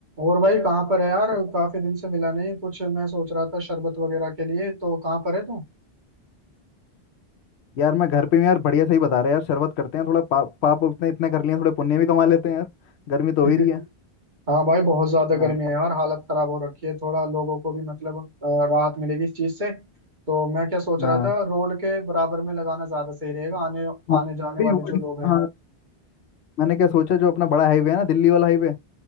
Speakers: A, on the right (about 45°); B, on the left (about 80°).
A: और भाई कहाँ पर है यार काफी दिन से मिला नहीं कुछ मैं सोच रहा था शरबत वगैरह के लिए तो कहाँ पर है तू
B: यार मैं घर पे हूँ यार बढ़िया सही बता रहे हैं यार शरबत करते हैं थोड़ा पा, पाप इतने इतने कर लिए हैं, थोड़े पुण्य भी कमा लेते हैं यार गर्मी तो
A: <laughs>
B: हो ही रही है
A: हाँ भाई बहुत ज्यादा
B: हाँ
A: गर्मी है यार हालत खराब हो रखी है थोड़ा लोगों को भी मतलब अ, राहत मिलेगी इस चीज से तो मैं क्या सोच
B: हाँ
A: रहा था रोड के बराबर में लगाना ज्यादा सही रहेगा आने
B: हाँ
A: आने जाने
B: नहीं,
A: वाले
B: वो डिस-
A: जो लोग हैं
B: हाँ मैंने क्या सोचा जो अपना बड़ा हाईवे है ना दिल्ली वाला हाईवे